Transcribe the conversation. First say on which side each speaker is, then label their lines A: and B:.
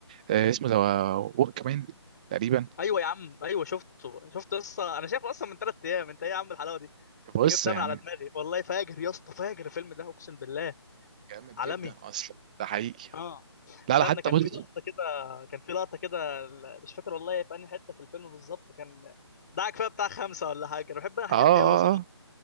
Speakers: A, on the right; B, on the left.
A: آه اسمه ذا ورك مان تقريبا
B: ايوه يا عم ايوه شفته شفته لسه انا شايفه اصلا من ثلاث ايام انت ايه يا عم الحلاوه دي انت
A: بص
B: جبتها
A: يعني
B: من على دماغي والله فاجر يا اسطى فاجر الفيلم ده اقسم بالله
A: جامد
B: عالمي
A: جدا اصلا ده حقيقي
B: اه
A: لا
B: استنى
A: لا حتى
B: كان
A: بص
B: في لقطه كده كان في لقطه كده ال- مش فاكر والله في انهي حته في الفيلم بالظبط كان ده كفايه بتاع خمسه ولا حاجه انا بحب انا الحاجات
A: اه اه
B: دي قوي صراحه
A: آه.